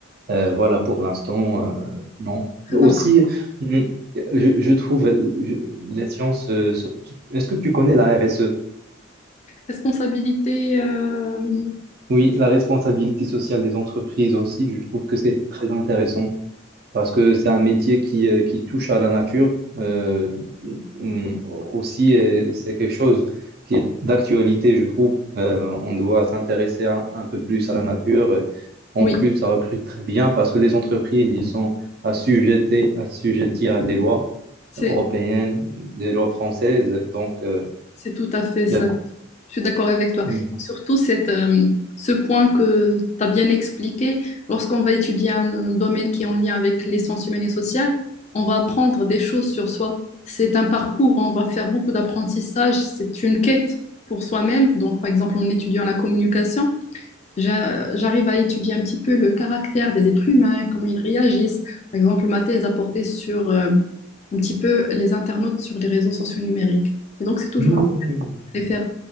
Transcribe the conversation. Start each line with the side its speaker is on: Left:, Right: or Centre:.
Right: Euh, voilà, pour l'instant, euh, non.
Left: Très
Right: Aussi,
Left: imp-
Right: mm, je, je trouve euh, je- les sciences. euh, so- tu- Est-ce que tu connais la RSE?
Left: Responsabilité, euh,
Right: Oui, la responsabilité sociale des entreprises aussi, je trouve que c'est très intéressant. parce que c'est un métier qui, euh, qui touche à la nature. Euh, mm, aussi, euh, c'est quelque chose qui est d'actualité, je trouve. Euh, on doit s'intéresser un, un peu plus à la nature. Et En
Left: oui,
Right: plus, ça recrute très bien parce que les entreprises, ils sont assujettés, assujettis à des lois
Left: c'est
Right: européennes, des lois françaises. Donc, euh,
Left: c'est tout à fait ça.
Right: il y a-
Left: Je suis d'accord avec toi.
Right: Mm.
Left: Surtout cette, euh, ce point que tu as bien expliqué, lorsqu'on va étudier un domaine qui est en lien avec les sciences humaines et sociales, on va apprendre des choses sur soi. C'est un parcours, on va faire beaucoup d'apprentissage, c'est une quête pour soi-même. Donc, par exemple, en étudiant la communication, j'a- j'arrive à étudier un petit peu le caractère des êtres humains, comment ils réagissent. Par exemple, ma thèse a porté sur euh, un petit peu les internautes sur les réseaux sociaux numériques. Et donc, c'est toujours
Right: Mm.
Left: un test. Je préfère